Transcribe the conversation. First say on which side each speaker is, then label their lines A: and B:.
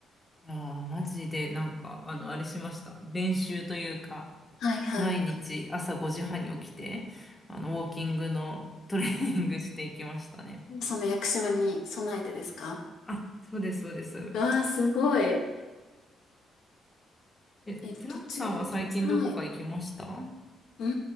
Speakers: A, on the left (about 20°); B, on the left (about 80°).
A: いやー、マジで、なんか、あの、あれしました。練習というか、
B: はいはい。
A: 毎日朝5時半に起きて、あの、ウォーキングのトレーニングしていきましたね。
B: その屋久島に備えてですか
A: あ、そうです、そうです。
B: わあ、すごい。
A: え、
B: え、途中、
A: 寺本さんは最近どこか行きました
B: はい。うー